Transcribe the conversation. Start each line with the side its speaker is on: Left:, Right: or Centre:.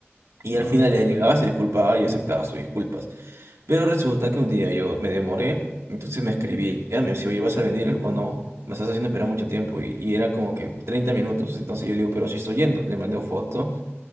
Right: Y
Left: No
Right: al final
Left: te puedo
Right: ella llegaba,
Left: creer.
Right: se disculpaba y yo aceptaba sus disculpas. Pero resulta que un día yo me demoré, entonces me escribía, me decía, oye, ¿vas a venir o no? Me estás haciendo esperar mucho tiempo. Y, y era como que 30 minutos. Entonces yo le digo, pero si estoy yendo, le mandé una foto.